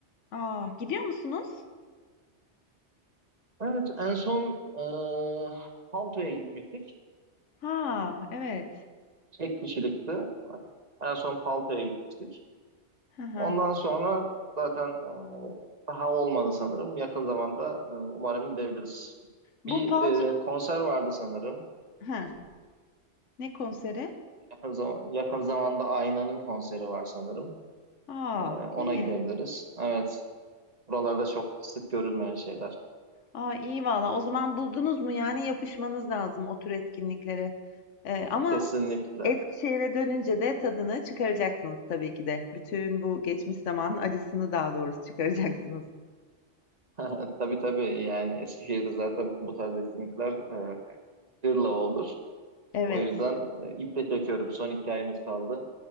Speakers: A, on the left; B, on the right.
A: Aa, gidiyor musunuz?
B: Evet, en son e, Palto'ya gitmiştik.
A: Ha, evet.
B: Tek kişilikti. En son Palto'ya gitmiştik.
A: Hı hı.
B: Ondan sonra zaten e, daha olmadı sanırım. Yakın zamanda e, umarım gidebiliriz.
A: Bu
B: Bir
A: Palt...
B: e, konser vardı sanırım.
A: Ha, ne konseri?
B: Yakın, zam- yakın zamanda Aynan'ın konseri var sanırım.
A: Aa,
B: Ee, ona
A: iyi.
B: gidebiliriz. Evet. Buralarda çok sık görülmeyen şeyler.
A: Aa, iyi valla. O zaman buldunuz mu? Yani yapışmanız lazım o tür etkinliklere. Ee, ama
B: Kesinlikle.
A: Eskişehir'e dönünce de tadını çıkaracaksınız tabii ki de. Bütün bu geçmiş zaman acısını daha doğrusu çıkaracaksınız.
B: <laughs> Tabii tabii yani Eskişehir'de zaten bu tarz etkinlikler e, gırla olur.
A: Evet.
B: O yüzden e, iple çekiyorum. Son iki ayımız kaldı.